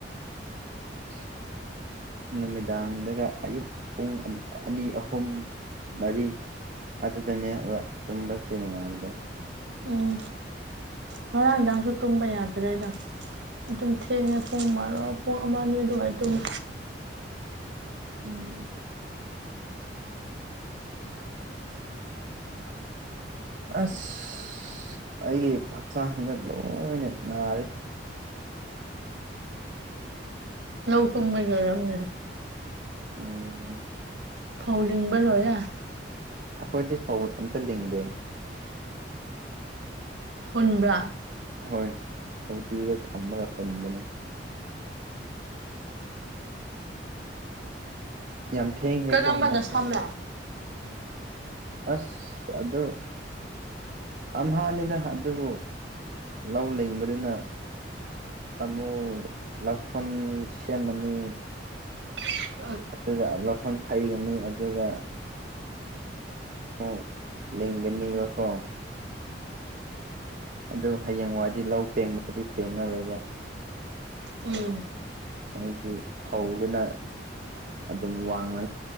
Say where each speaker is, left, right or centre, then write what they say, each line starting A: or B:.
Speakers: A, on the right; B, on the right.
A: <unintelligible> ꯅꯨꯃꯤꯗꯥꯡꯗꯒ ꯑꯌꯨꯛ ꯄꯨꯡ ꯑ ꯑꯅꯤ ꯑꯍꯨꯝ ꯃꯔꯤ ꯑꯗꯨꯗꯅꯦꯕ ꯇꯨꯝꯕꯁꯦ ꯅꯨꯡꯉꯥꯏꯕꯗꯣ
B: ꯎꯝ ꯉꯔꯥꯡꯗꯥꯡꯁꯨ ꯇꯨꯝꯕ ꯌꯥꯗ꯭ꯔꯦꯗ ꯑꯗꯨꯝ ꯊꯦꯡꯉꯦ ꯄꯨꯡ ꯃꯥꯔꯣ ꯄꯨꯡ ꯑꯃ ꯑꯅꯤ ꯑꯗꯨꯋꯥꯏ ꯇꯨꯝꯃꯦ
A: ꯎꯝ <inaudible> ꯑꯁ ꯑꯩꯒꯤ ꯍꯛꯆꯥꯡꯁꯤꯅ ꯂꯣꯏꯅ ꯅꯥꯔꯦ
B: ꯂꯧ ꯀꯨꯝꯕꯒꯤ ꯑꯣꯏꯔꯝꯅꯦ
A: ꯎꯝ
B: ꯐꯧ ꯔꯤꯡꯕ ꯂꯣꯏꯔꯦ
A: ꯑꯈꯣꯏꯗꯤ ꯐꯧ ꯑꯝꯇ ꯂꯤꯡꯗꯦ
B: ꯐꯨꯟꯕ꯭ꯔꯥ
A: ꯍꯣꯏ ꯍꯧꯢꯗꯤꯗ ꯊꯝꯃꯒ ꯍꯨꯟꯕꯅꯦ ꯌꯥꯝ ꯊꯦꯡꯒ꯭ꯔꯦꯀꯣ
B: ꯀꯔꯝꯕꯅ
A: ꯍꯟꯗꯛꯁꯦ
B: ꯁꯝꯃꯦ
A: ꯑꯁ ꯑꯗꯨ ꯑꯝꯍꯥꯟꯅꯤꯅ ꯑꯗꯨꯕꯨ ꯂꯧ ꯂꯤꯡꯕꯗꯅ ꯑꯃꯨꯛ ꯂꯧꯈꯣꯟ ꯁꯦꯝꯃꯅꯤ
B: <unintelligible>
A: ꯑꯗꯨꯒ ꯂꯧꯈꯣꯟ ꯐꯩꯒꯅꯤ ꯑꯗꯨꯒ ꯑꯣ ꯂꯤꯡꯒꯅꯤꯕꯀꯣ ꯑꯗꯨ ꯍꯌꯦꯡꯋꯥꯏꯗꯤ ꯂꯧ ꯄꯦꯡꯕꯗꯤ ꯄꯦꯡꯉꯔꯣꯏꯕ
B: ꯎꯝ
A: ꯍꯥꯏꯕꯗꯤ ꯐꯧꯗꯨꯅ ꯑꯗꯨꯝ ꯋꯥꯡꯅ